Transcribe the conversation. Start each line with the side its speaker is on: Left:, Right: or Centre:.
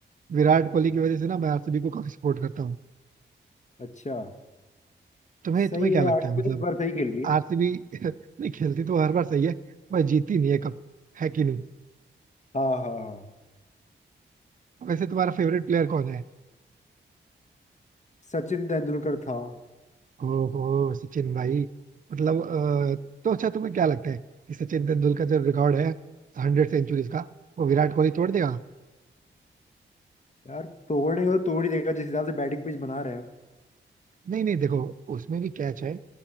Right: विराट कोहली की वजह से ना मैं आरसीबी को काफी सपोर्ट करता हूँ
Left: अच्छा
Right: तुम्हें
Left: सही
Right: तुम्हें
Left: है
Right: क्या लगता
Left: आरसीबी
Right: है मतलब
Left: इस बार सही खेल रही है
Right: आरसीबी <laughs> नहीं खेलती तो हर बार सही है पर जीती नहीं है कब है कि नहीं
Left: हाँ हाँ हाँ
Right: वैसे तुम्हारा फेवरेट प्लेयर कौन है
Left: सचिन तेंदुलकर था
Right: ओहो सचिन भाई मतलब अ, तो अच्छा तुम्हें क्या लगता है कि सचिन तेंदुलकर जो रिकॉर्ड है हंड्रेड सेंचुरीज का वो विराट कोहली तोड़ देगा
Left: यार तोड़ने को तो तोड़ ही देगा जिस हिसाब से बैटिंग पिच बना रहे हैं
Right: नहीं नहीं देखो उसमें भी कैच है